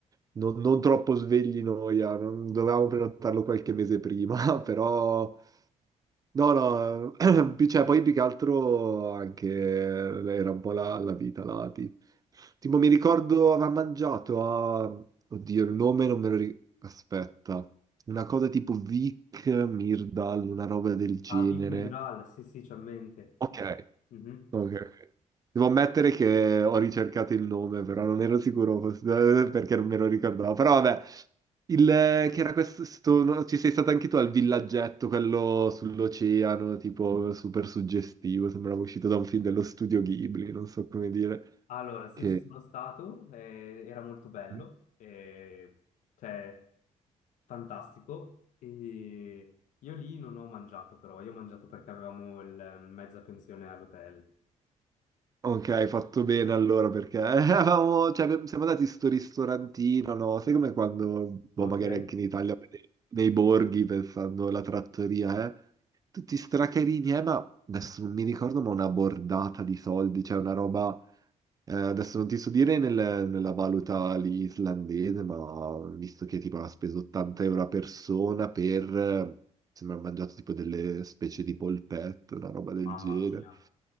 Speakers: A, on the right (about 30°); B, on the left (about 80°).
A: non, non troppo svegli noia, non- dovevamo prenotarlo qualche mese prima, <laughs> però no, no, <clears throat> pi- cioè, poi più che altro anche eh, era un po' la, la vita, la ti- Tipo mi ricordo aveva mangiato a... Oddio, il nome non me lo ricordo. Aspetta. Una cosa tipo Vic Mirdal, una roba del genere.
B: A Big Migral, sì, sì, c'ho in mente.
A: Ok,
B: Mhm.
A: ok. Devo ammettere che ho ricercato il nome, però non ero sicuro fosse- <laughs> perché non me lo ricordavo. Però vabbè, il, eh, che era questo, sto- no, ci sei stato anche tu al villaggetto, quello sull'oceano, tipo super suggestivo, sembrava uscito da un film dello studio Ghibli, non so come dire.
B: Allora, sì,
A: Che...
B: ci sono stato, eh, era molto bello,
A: eh.
B: eh, cioè, fantastico. E io lì non ho mangiato però, io ho mangiato perché avevamo il, eh, mezza pensione all'hotel.
A: Ok, hai fatto bene allora perché <laughs> eravamo, cioè, abbiamo- siamo andati in sto ristorantino, no? Sai come quando, boh,
B: Ok.
A: magari anche in Italia, nei, nei borghi, pensando alla trattoria, eh? Tutti stracarini, eh, ma adesso non mi ricordo, ma una bordata di soldi, cioè una roba... Eh, adesso non ti so dire nel- nella valuta lì islandese, ma visto che tipo ha speso 80 euro a persona per, eh, sembra ha mangiato tipo delle specie di polpette, una roba del
B: Mamma
A: genere.
B: mia.